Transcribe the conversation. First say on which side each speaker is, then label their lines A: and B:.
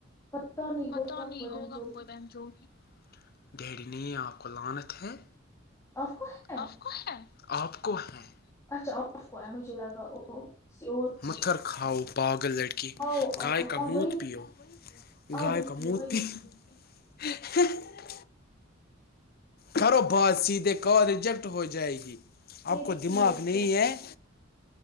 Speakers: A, on the left; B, on the left.
A: پتہ نہیں
B: پت
A: ہوگا
B: نہیں
A: کوئی بہن
B: ہوگا
A: چود
B: کوگی ڈری نہیں آپ کو لانت ہے
A: آپ کو ہے
B: آپ کو ہیں آپ کو ہیں
A: اچھا آپ کو ہے مجھے لگا او کسی اور کو
B: متر
A: ہے
B: کھاو پاگل لڑکی
A: آؤ آؤ
B: گائے کا
A: آؤ
B: منت
A: وہی
B: پیو
A: آپ
B: گائے
A: بھی
B: کا
A: پیو
B: منت
A: وہی
B: پی
A: سے
B: <unintelligible> کرو بادسی د ک ریجیکٹ ہو جائے گی
A: یہ
B: آپ
A: نہیں
B: کو دماغ
A: ہوگی
B: نہیں ہے